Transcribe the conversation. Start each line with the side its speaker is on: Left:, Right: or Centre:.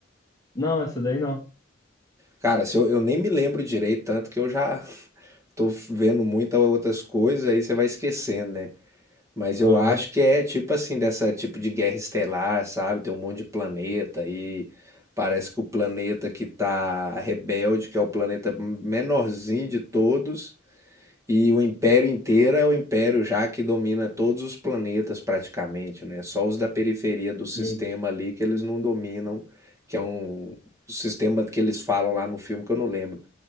Left: Não, essa daí não.
Right: Cara, se eu, eu nem me lembro direito, tanto que eu já <laughs> tô vendo muitas outras coisas, aí você vai esquecendo, né? Mas eu
Left: Aham,
Right: acho que é tipo assim, dessa tipo de guerra estelar, sabe? Tem um monte de planeta e parece que o planeta que tá rebelde, que é o planeta menorzinho de todos, e o império inteiro é o império já que domina todos os planetas praticamente, né? Só os da periferia do sistema
Left: sim.
Right: ali que eles não dominam, que é um sistema que eles falam lá no filme que eu não lembro.